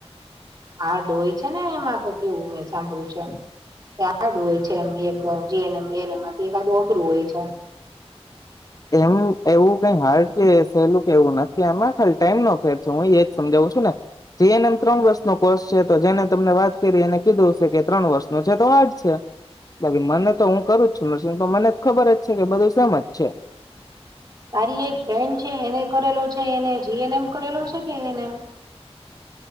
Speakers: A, on the right; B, on the left.
A: આ ડોય છે ને એમાં કે કેવું સાંભળ્યું છે કે હાર્ડ હોય છે એમ એક જીએનએમ એનએમમાંથી એકાદું અઘરું હોય છે
B: એમ એવું કઈ હાર્ડ કે સહેલું કે એવું નથી ત્યામાં ખાલી ટાઈમ નો ફેર છે હું એજ સમજાવું છું ને જેનમ ત્રણ વર્ષ ન કોર્ષ છે તો જેને તમને વાત કરી એને કીધું હશે કે ત્રણ વર્ષનો જતો વા જ છે બાકી મને તો હું કરું છું નર્સિંગ તો મને ખબર જ છે કે બધું સજ છે
A: તારી એક ફ્રેન્ડ છે એને કરેલો છે એને જી એન એમ કરેલો છે કે એને એમ